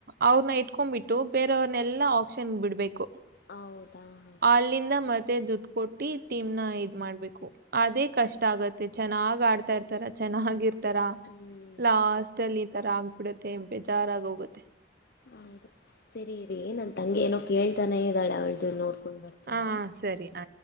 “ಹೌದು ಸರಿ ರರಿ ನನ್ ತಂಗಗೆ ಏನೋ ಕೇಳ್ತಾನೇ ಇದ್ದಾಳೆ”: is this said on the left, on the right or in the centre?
Left